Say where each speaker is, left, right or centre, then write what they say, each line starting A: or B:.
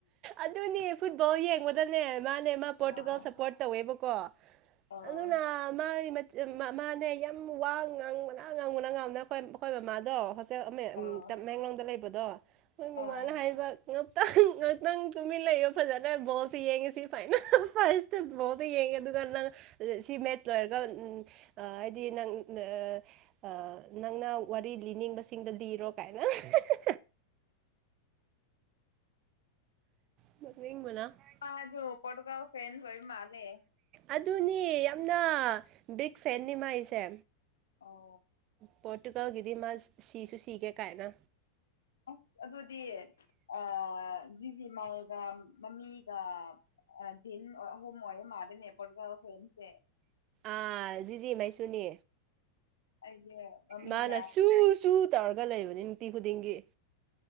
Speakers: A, on the right; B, on the left.
A: ꯑꯗꯨꯅꯦ ꯐꯨꯠꯕꯣꯜ ꯌꯦꯡ ꯕꯗꯅꯦ ꯃꯥꯅꯦ ꯃꯥ ꯄꯣꯔꯇꯨꯒꯜ
B: ꯑꯥ
A: ꯁꯞꯄꯣꯔꯠ ꯇꯧꯋꯦꯕꯀꯣ
B: ꯑꯥ
A: ꯑꯗꯨꯅ ꯃꯥꯏ ꯃ ꯃꯃꯥꯅꯦ ꯌꯥꯝ ꯋꯥ ꯉꯥꯡꯕꯅ ꯉꯥꯡꯕꯅ ꯉꯥꯡꯕꯅ ꯑꯩꯈꯣꯏ ꯑꯩꯈꯣꯏ ꯃꯃꯥꯗꯣ꯫ ꯆ ꯑꯃꯦ ꯎꯝ
B: ꯑꯥ
A: ꯇꯃꯦꯡꯂꯣꯡꯗ ꯂꯩꯕꯗꯣ ꯈꯣꯏ ꯃꯃꯥꯅ
B: ꯑꯥ
A: ꯍꯥꯏꯕ ꯉꯥꯛꯇꯪ ꯉꯥꯛꯇꯪ ꯇꯨꯃꯤꯟ ꯂꯩꯌꯣ ꯐꯖꯅ ꯕꯣꯜꯁꯤ ꯌꯦꯡꯉꯤꯁꯤ ꯐꯥꯏꯅꯦꯜ ꯐꯥꯔꯁ ꯫ ꯇꯪ ꯕꯣꯜꯗꯣ ꯌꯦꯡꯉꯦ ꯑꯗꯨꯒ ꯅꯪ ꯁꯤ ꯃꯦꯠꯁ ꯂꯣꯏꯔꯒ ꯎꯟ ꯑ ꯍꯥꯏꯗꯤ ꯅꯪ ꯅꯥ ꯫ ꯑꯥ ꯅꯪꯅ ꯋꯥꯔꯤ ꯂꯤꯅꯤꯡꯕꯁꯤꯡꯗꯣ ꯂꯤꯔꯣ ꯀꯥꯏꯅ ꯫ ꯅꯣꯛꯅꯤꯡꯕꯅ ꯫
B: ꯄꯥꯗꯣ ꯄꯣꯔꯇꯨꯒꯜ ꯐꯦꯟꯁ ꯑꯣꯏꯕ ꯃꯥꯜꯂꯦ ꯫
A: ꯑꯗꯨꯅꯤ ꯌꯥꯝꯅ ꯕꯤꯛ ꯐꯦꯟꯅꯤ ꯃꯥꯏꯁꯦ
B: ꯑꯣ
A: ꯄꯣꯔꯇꯨꯒꯜꯒꯤꯗꯤ ꯃꯥ ꯁꯤꯁꯨ ꯁꯤꯒꯦ ꯀꯥꯏꯅ꯫
B: ꯑꯁ ꯑꯗꯨꯗꯤ ꯑꯥ ꯖꯤꯖꯤꯃꯥꯏꯜꯒ ꯃꯃꯤꯒ꯫ ꯑ ꯗꯤꯟ ꯑꯍꯨꯝ ꯑꯣꯏꯕ ꯃꯥꯜꯂꯦꯅꯦ ꯄꯣꯔꯇꯨꯒꯜ ꯐꯦꯟꯁꯦ꯫
A: ꯑꯥ ꯖꯤꯖꯤ ꯃꯩꯁꯨꯅꯤ꯫
B: ꯑꯩꯗꯤ ꯃꯃꯤꯅ
A: ꯃꯥꯅ ꯁꯨ ꯁꯨ ꯇꯧꯔꯒ ꯂꯩꯕꯅꯦ ꯅꯨꯡꯇꯤ ꯈꯨꯗꯤꯡꯒꯤ꯫